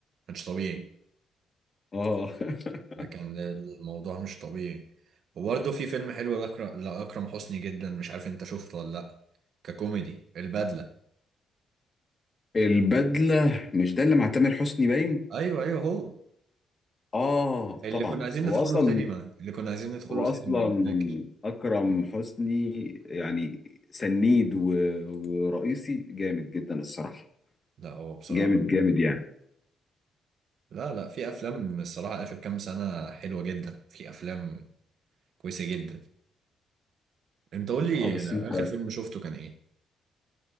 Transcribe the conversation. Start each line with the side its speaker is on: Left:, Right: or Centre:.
Right: مش طبيعي
Left: اه <laughs>
Right: ده كان الموضوع مش طبيعي وبرده في فيلم حلو لأكرم... لأكرم حسني جدا مش عارف انت شفته ولا لا ككوميدي البدلة
Left: البدلة مش ده اللي مع تامر حسني باين
Right: ايوه ايوه هو
Left: اه
Right: اللي
Left: طبعا
Right: كنا عايزين ندخله
Left: هو اصلا
Right: سينما اللي كنا عايزين ندخله
Left: هو
Right: سينما
Left: اصلا
Right: لو فاكر
Left: اكرم حسني يعني سنيد و... ورئيسي جامد جدا الصراحة
Right: لا هو بصراحة
Left: جامد جامد يعني
Right: لا لا في افلام الصراحه اخر كام سنه حلوه جدا في افلام كويسه جدا انت قول لي
Left: اه بس انت
Right: اخر فيلم شفته كان ايه